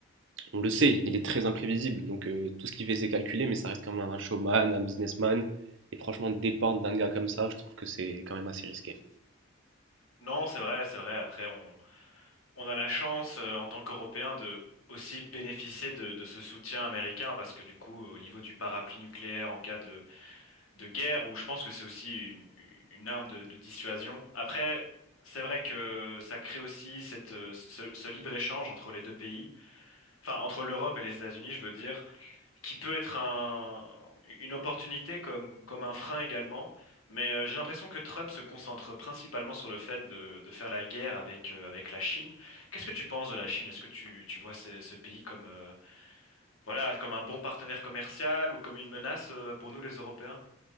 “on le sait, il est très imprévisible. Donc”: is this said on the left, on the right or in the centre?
Right